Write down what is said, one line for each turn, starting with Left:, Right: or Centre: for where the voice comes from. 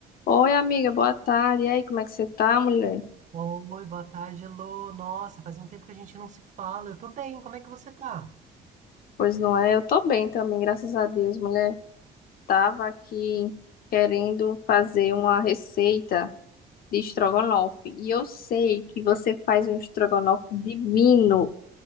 Left: Oi, amiga, boa tarde. E aí, como é que você tá, mulher?
Right: Oi, boa tarde, Lô. Nossa, faz um tempo que a gente não se fala. Eu tô bem, como é que você tá?
Left: Pois não é, eu tô bem também, graças a Deus, mulher. Tava aqui querendo fazer uma receita de estrogonofe. E eu sei que você faz um estrogonofe divino.